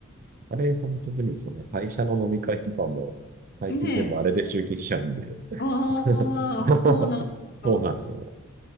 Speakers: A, on the right (about 40°); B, on the left (about 50°).
A: あれ、本当便利ですよね。会社の飲み会とかも、最近全部あれで集金しちゃうんで。
B: ねえ。あーあ、
A: <laughs>
B: そうなんですか。
A: そうなんですよ。